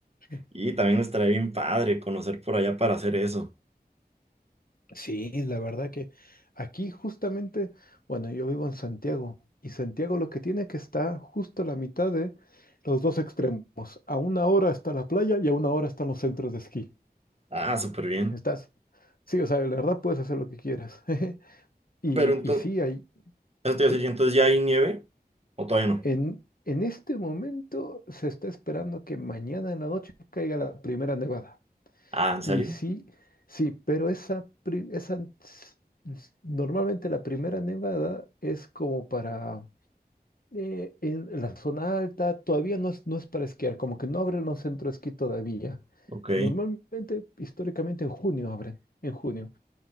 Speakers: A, on the left (about 60°); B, on the right (about 40°).
A: sí.
B: y también estaría bien padre conocer por allá para hacer eso.
A: Sí, la verdad que aquí justamente, bueno, yo vivo en Santiago y Santiago lo que tiene que está justo a la mitad de los dos extremos. A una hora está la playa y a una hora están los centros de esquí.
B: Ah, súper bien.
A: Estás, sí, o sea, la verdad puedes hacer lo que quieras. <laughs> Y,
B: Pero entonces,
A: y sí, hay,
B: eso te
A: sí.
B: iba a decir, entonces ya hay nieve o todavía no.
A: En, en este momento se está esperando que mañana en la noche caiga la primera nevada.
B: Ah, ¿en serio?
A: Y sí, sí, pero esa, pri- esa s- s- normalmente la primera nevada es como para eh, en la zona alta, todavía no es, no es para esquiar, como que no abren los centros de esquí todavía.
B: Ok,
A: Normalmente, históricamente en junio abren, en junio.